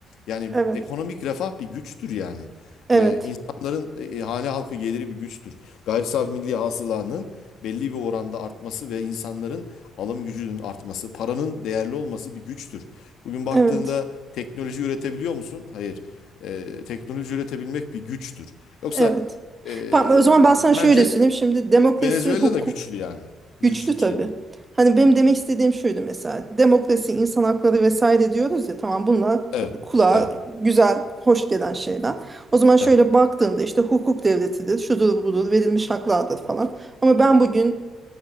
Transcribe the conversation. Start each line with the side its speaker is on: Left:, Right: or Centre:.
Left: Yani
Right: Evet.
Left: ekonomik refah bir güçtür yani.
Right: Evet.
Left: Ee, insanların e, hane halkı geliri bir güçtür. Gayri safi milli hasılanın belli bir oranda artması ve insanların alım gücünün artması, paranın değerli olması bir güçtür. Bugün baktığında
Right: Evet.
Left: teknoloji üretebiliyor musun? Hayır. Ee, teknoloji üretebilmek bir güçtür. Yoksa
Right: Evet.
Left: e,
Right: Tamam, o zaman
Left: yani
Right: ben sana şöyle
Left: bence
Right: söyleyeyim. Şimdi demokrasi
Left: Venezuela
Right: hukuk
Left: da güçlü yani. Güç
Right: Güçlü
Left: şeyinde.
Right: tabii. Hani benim demek istediğim şuydu mesela demokrasi, insan hakları vesaire diyoruz ya tamam bunlar
Left: Evet,
Right: p- kulağa
Left: evet,
Right: güzel, hoş gelen şeyler. O zaman şöyle
Left: evet.
Right: baktığında işte hukuk devletidir, şudur budur, verilmiş haklardır falan. Ama ben bugün